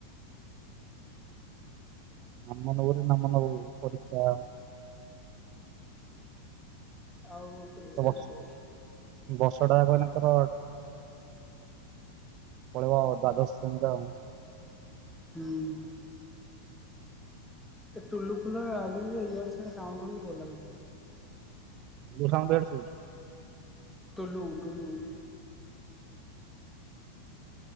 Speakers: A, on the right; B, in the centre.
A: ନାମ ନବୁରେ ନାମ ନବୁ ପରିକ୍ଷା।
B: ଆଉ କେତେ?
A: ବର୍ଷ ବର୍ଷଟା ଜାକ ଏଇନା ତର ପଳେଇବ ଦ୍ଵାଦଶ ଶ୍ରେଣୀରେ ଆଉ।
B: ହୁଁ। ଏ ଟୁଲୁ ଫୁଲୁ ଲାଗିନି ଜେ ଇଆଡେ ସିଆଡେ କାମ କରିକି ଭଲ ଲାଗୁନି।
A: ମୋ ସାଉଣ୍ଡ ୟାଡେ ଶୁଭୁଚି।
B: ଟୁଲୁ ଟୁଲୁ।